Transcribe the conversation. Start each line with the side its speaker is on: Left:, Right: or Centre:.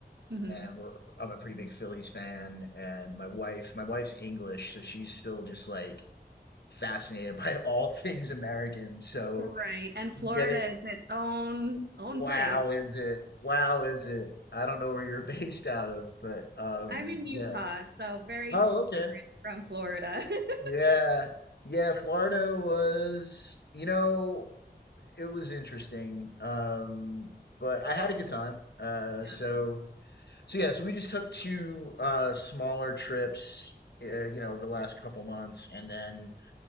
Right: hmm
Left: and we're I'm a pretty big Phillies fan and my wife my wife's English, so she's still just like fascinated <laughs> by all things American. So
Right: Right. And Florida
Left: getting
Right: is its own own
Left: wow
Right: place.
Left: is it? Wow is it? I don't know where you're <laughs> based out of, but um
Right: I'm in Utah,
Left: yeah.
Right: so very
Left: Oh, okay.
Right: different from Florida. <laughs>
Left: Yeah. Yeah, Florida was, you know, it was interesting. Um, but I had a good time. Uh,
Right: Yeah.
Left: so so yeah, so we just took two uh smaller trips, uh, you know, over the last couple months, and then